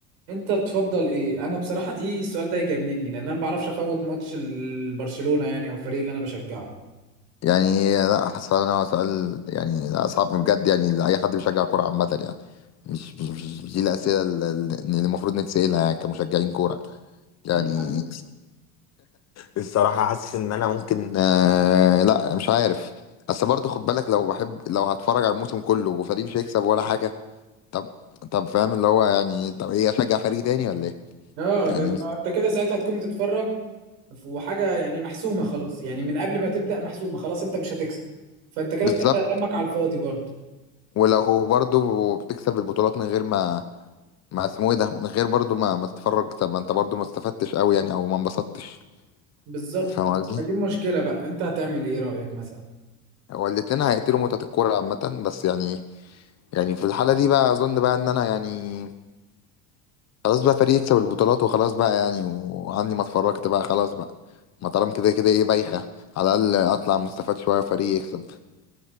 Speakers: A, on the right (about 80°); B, on the left (about 40°).
A: انت تفضل ايه انا بصراحة دي السؤال ده يجنني لان انا ما بعرفش افوت ماتش ال- برشلونة يعني او الفريق اللي انا بشجعه
B: يعني لا حاسس ان هو سؤال يعني لا، صعب بجد يعني لأي حد بيشجع كورة عامة يعني مش مش مش- مش دي الأسئلة اللي اللي المفروض نتسألها يعني كمشجعين كورة يعني
A: دي حقيقة
B: الصراحة حاسس إن أنا ممكن آه لا مش عارف بس برضه خد بالك لو بحب لو هتفرج على الموسم كله وفريق مش هيكسب ولا حاجة طب طب فاهم اللي هو يعني طب إيه أشجع فريق تاني ولا إيه؟
A: اه
B: يعني
A: ده انت كده ساعتها هتكون بتتفرج ف- وحاجة يعني محسومة خلاص يعني من قبل ما تبدأ محسومة خلاص انت مش هتكسب فانت كده
B: بالظبط
A: بتحرق دمك على الفاضي برضه
B: ولو برضه بتكسب البطولات من غير ما ما اسمه إيه ده من غير برضه ما ما تتفرج طب ما أنت برضه ما استفدتش أوي يعني أو ما انبسطتش
A: بالظبط
B: فاهم قصدي؟
A: فدي المشكلة بقى انت هتعمل ايه رأيك مثلا
B: هو الاتنين هيقتلوا متعة الكورة عامة بس يعني يعني في الحالة دي بقى أظن بقى إن أنا يعني خلاص بقى فريق يكسب البطولات وخلاص بقى يعني وعني ما اتفرجت بقى خلاص بقى ما طالما كده كده ايه بايخة على الأقل أطلع مستفاد شوية فريق يكسب